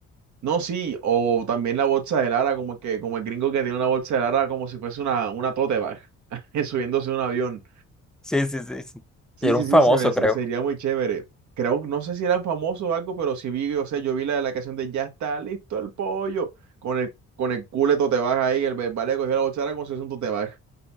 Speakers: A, on the right (about 70°); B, in the centre.
A: No, sí, o también la bolsa de Lara, como el que, como el gringo que tiene una bolsa de Lara como si fuese una, una tote bag, <laughs> subiéndose a un avión.
B: Sí, sí, sí, sí.
A: Sí,
B: Y era
A: sí,
B: un
A: sí,
B: famoso,
A: se me- se-
B: creo.
A: sería muy chévere. Creo, no sé si eran famosos o algo, pero sí vi, o sea, yo vi la de la canción de Ya está listo el pollo, con el, con el culo de tote bag ahí, el vale cogió la bolsa de Lara como si fuese un tote bag.